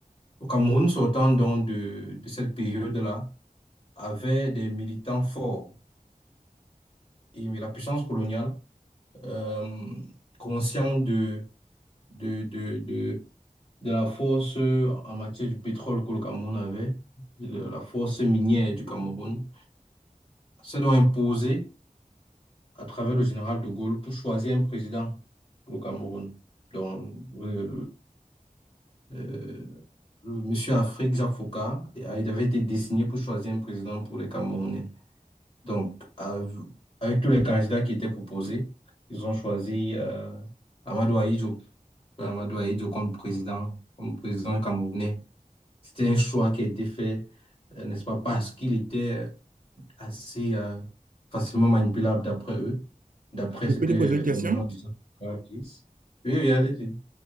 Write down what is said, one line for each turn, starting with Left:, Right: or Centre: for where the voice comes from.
Left: au Cameroun, sortant donc de, de cette période-là, avait des militants forts. Et, mais la puissance coloniale, euh, consciente de, de, de, de de la force euh, en matière du pétrole que le Cameroun avait, de la force minière du Cameroun. C'est donc imposé à travers le général de Gaulle pour choisir un président pour le Cameroun. Donc, euh, le, euh, le monsieur Afrique, Jacques Faucard, et, ah, il avait été désigné pour choisir un président pour les Camerounais. Donc, av- avec tous les candidats qui étaient proposés, ils ont choisi euh, Amadou Ahidjo, Amadou Ahidjo comme président, comme président camerounais. C'était un choix qui a été fait, euh, n'est-ce pas, parce qu'il était assez euh, facilement manipulable d'après eux, d'après
Right: Je
Left: ce
Right: peux
Left: que
Right: te
Left: euh,
Right: poser une question?
Left: la mémoire des gens disent. Oui, oui, allez-y.